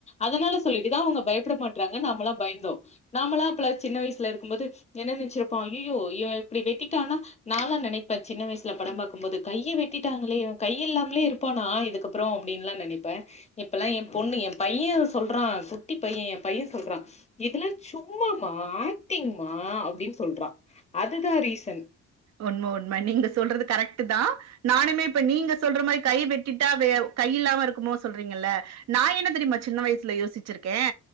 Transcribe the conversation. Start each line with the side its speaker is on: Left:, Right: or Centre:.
Left: அதனால சொல்லிட்டுதான் அவங்க பயப்பட மாட்டறாங்க நாம்ளாம் பயந்தோம் நாமளாம் அ சின்ன வயசுல இருக்கும் போது என்ன நினைச்சிருப்பாங் ஐயோ இவன் இப்படி வெட்டிட்டானா நான்லான் நினைப்பேன் சின்ன வயசுல படம் பார்க்கும் போது கைய வெட்டிட்டாங்களே இவன் கை இல்லாமலே இருப்பானா இதுக்கப்புறம் அப்படின்னுலல்லாம் நினைப்பேன் இப்பெல்லாம் என் பொண்ணு என் பையன் சொல்றான் குட்டி பையன் என் பையன் சொல்றான் இதெல்லாம் சும்மாமா ஆக்டிங்மா அப்படின்னு சொல்றான் அதுதான் ரீசன்
Right: உண்மை உண்மை நீங்க சொல்றது கரெக்ட் தான் நானுமே இப்ப நீங்க சொல்ற மாதிரி கை வெட்டிட்டா வேற கை இல்லாம இருக்குமோ சொல்றீங்கல்ல நான் என்ன தெரியுமா சின்ன வயசுல யோசிச்சிருக்கேன்